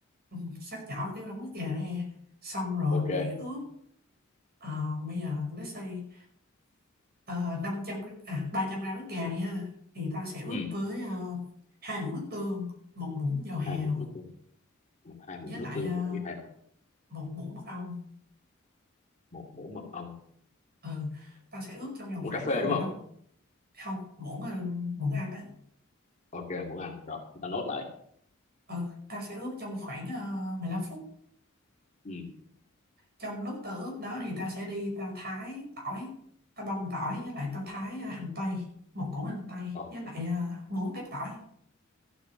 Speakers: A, on the right; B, on the left.
A: ừ, xắt nhỏ cái đống ức gà ra xong rồi
B: ok
A: mày ướp ờ, bây giờ let's say uh, 500 gr- à 300 gram ức gà đi ha thì ta sẽ ướp
B: ừ
A: với ờ, hai muỗng nước tương một muỗng dầu hào
B: hai muỗng nước tương một hai muỗng
A: với lại
B: nước tương
A: ờ,
B: một muỗng hạt
A: một muỗng mật ong
B: một muỗng mật ong
A: ừ tao sẽ ướp trong vòng
B: muỗng
A: khoảng
B: cà phê
A: ờ, mười
B: đúng không
A: lăm không muỗng ờ, muỗng ăn á
B: ok muỗng ăn rồi chúng ta nốt lại
A: ừ tao sẽ ướp trong khoảng ờ, mười lăm phút
B: ừ
A: trong lúc tao ướp đó thì tao sẽ đi tao thái tỏi tao băm tỏi với lại tao thái ờ, hành tây một củ hành tây
B: Rồi,
A: với lại ờ, bốn tép tỏi